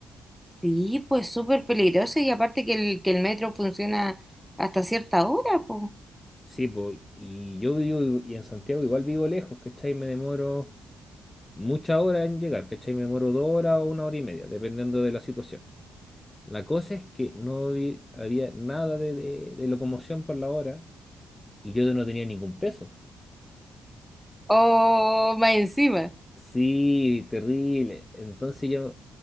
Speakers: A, in the centre; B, on the left (about 20°).
A: Sí, pues súper peligroso y aparte que el, que el metro funciona hasta cierta hora, pues.
B: Sí, pues, y yo vivo i- y en Santiago igual vivo lejos, ¿cachai? Me demoro muchas horas en llegar, ¿cachai? Me demoro dos horas o una hora y media, dependiendo de la situación. La cosa es que no vi- había nada de, de de locomoción por la hora y yo no tenía ningún peso.
A: Oh, más encima.
B: Sí, terrible. Entonces yo